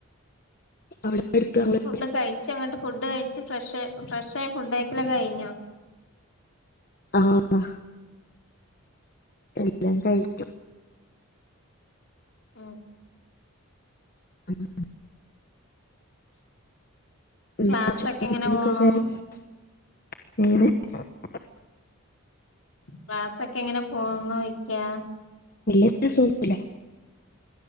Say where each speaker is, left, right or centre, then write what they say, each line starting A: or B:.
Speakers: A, on the left (about 40°); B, on the left (about 60°).
A: അവിടെ അടുത്ത് നമ്മള്
B: ഫുഡ് കഴിച്ചങ്ങോട്ട് ഫുഡ് കഴിച്ചു ഫ്രഷ് ഫ്രഷായി ഫുഡ് കഴിക്കലൊക്കെ കഴിഞ്ഞോ
A: ആ അ എല്ലാം കഴിക്കും
B: ഉം
A: <unintelligible> ഉം
B: ക്ലാസെക്കെ
A: ചോറിനൊക്കെ
B: എങ്ങനെ പോണു
A: കറി <unintelligible>
B: ക്ലാസെക്കെ എങ്ങനെ പോന്നുചോയ്ക്കാ
A: വല്ലൃ രസൊന്നില്ല